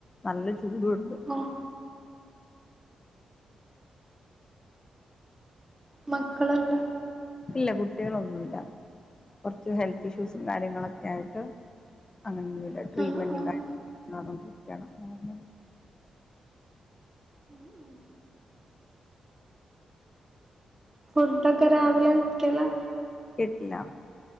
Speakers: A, on the left; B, on the right.
A: നല്ല ചൂടു ഉണ്ട്.
B: ഓഹ് മക്കള് ഇണ്ടോ?
A: ഇല്ല കുട്ട്യേളൊന്നുല്ല. കുറച്ച് ഹെൽത്ത് ഇഷ്യൂസും കാര്യങ്ങളൊക്കെ ആയിട്ട് അങ്ങനെന്നുല്ല. ട്രീറ്റ്മെന്റും
B: ആഹ് ആഹ്
A: കാര്യങ്ങളൊണ്ടിരിക്കയാണ് നോർമല്
B: ഉം ഉം ഫുഡ് ഒക്കെ രാവിലെക്കലാ
A: കേട്ടില്ല